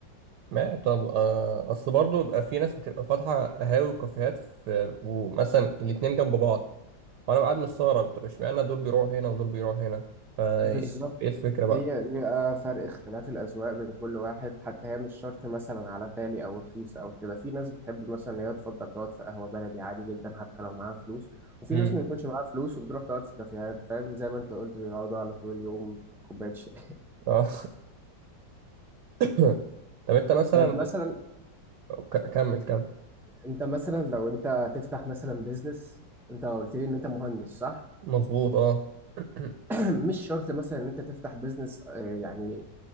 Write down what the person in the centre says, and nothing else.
بالظبط
هي بيبقى فرق اختلاف الأذواق بين كل واحد حتى هي مش شرط مثلا على غالي أو رخيص أو كده في ناس بتحب مثلا إن هي تفضل تقعد في قهوة بلدي عادي جدا حتى لو معاها فلوس وفي
ناس ما بيكونش معاها فلوس وبتروح تقعد في كافيهات فاهم زي ما أنت قلت يقعدوا على طول اليوم كوباية شاي
<laughs> طيب مثلا
أنت مثلا لو أنت تفتح مثلا بيزنس أنت قلت لي إن أنت مهندس صح؟
<clears throat> مش شرط مثلا إن أنت تفتح بيزنس آه، يعني